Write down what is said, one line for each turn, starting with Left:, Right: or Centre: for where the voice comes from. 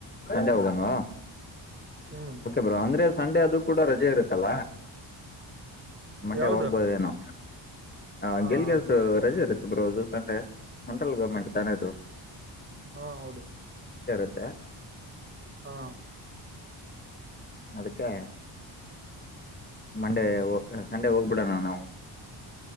Left: ಸಂಡೆ ಹೋಗಣವಾ
Right: ಹ್ಮ್
Left: ಬ್ರೋ ಅಂದ್ರೆ. ಸಂಡೆ ಅದು ಕೂಡ ರಜೆ ಇರುತ್ತಲ್ಲ ಮಂಡೆ
Right: ಯಾವ್ದು
Left: ಹೋಗ್ಬೋದೇನೋ. ಹ
Right: ಹಾ
Left: ಗೆಲ್ಗೆಸ
Right: ಹಾ ಹಾ
Left: ರಜೆ ಇರುತ್ತ ಬ್ರೋ ಅದು ಸಂಡೆ ಸೆಂಟ್ರಲ್ ಗೌರ್ಮೆಂಟ್ ತಾನೇದು.
Right: ಹಾ ಹೌದು.
Left: ಏ.
Right: ಹಾ.
Left: ಅದಕ್ಕೆ ಮಂಡೇ
Right: ಹ್ಮ್
Left: ಸಂಡೇ ಹೋಗ್ಬಿಡಣ ನಾವು.